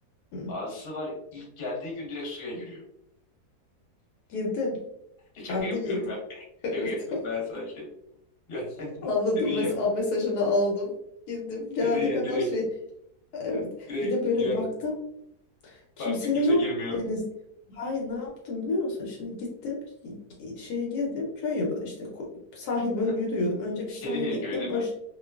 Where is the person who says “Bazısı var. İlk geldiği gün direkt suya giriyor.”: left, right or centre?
Left